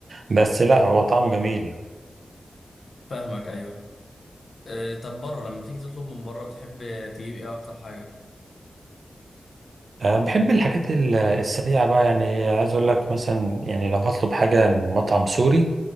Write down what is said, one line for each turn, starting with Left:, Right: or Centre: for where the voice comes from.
Right: بس لا هو طعمه جميل
Left: فاهمك ايوه آه، طب بره لما بتيجي تطلب من بره بتحب تجيب ايه اكتر حاجه
Right: أه بحب الحاجات ال- السريعة بقى يعني عايز اقول لك مثلا يعني لو هطلب حاجة من مطعم سوري